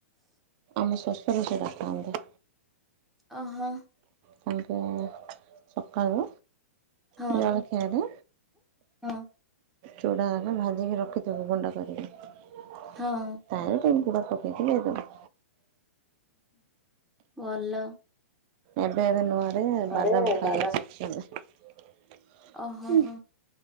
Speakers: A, on the right; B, in the centre.
A: ମୋ ଶଶୁର ସେଟା ଖାଆନ୍ତି।
B: ଅ ହଁ।
A: ବୋହୁତୁ ସକାଳୁ।
B: ହଁ
A: ଜଳଖିଆରେ
B: ହଁ
A: ଚୁଡ଼ା ହେଲା ଭାଜିିକି ରଖିଥିବୁ ଗୁଣ୍ଡ କ। ତାହେଲ୍
B: ହଁ
A: ଟିକେ ଗୁଡ଼ ପକେଇକି ଦେଇଦବୁ।
B: ଭଲ।
A: ଏବେ ଏବେ ନୂଆରେ ବାଦାମ
B: ଆରେ
A: ଖାଇ
B: ବା
A: ଆସିଛି ଏବେ।
B: ଓହୋ ହୋ